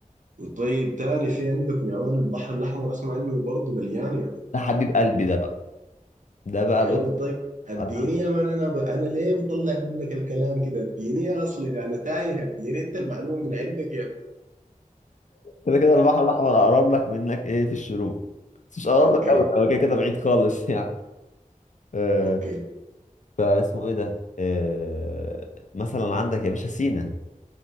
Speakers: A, on the right; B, on the left.
A: وطيب تاني في عندكم يا مان البحر الأحمر أسمع إنه برضه مليان يا مان
B: ده حبيب قلبي ده بقى ده بقى
A: أيوة
B: بص
A: طيب اديني
B: أنا-
A: يا مان أنا ب... أنا ليه بطلع منك الكلام كده اديني أصلي أنا تايه اديني أنت المعلومة من عندك يا أخي.
B: كده كده البحر الأحمر أقرب لك منك إيه في الشروق بس مش أقرب
A: أوكي
B: لك أوي هو كده كده بعيد خالص <laughs> يعني آه
A: أوكي
B: فاسمه إيه ده آه مثلا عندك يا باشا سينا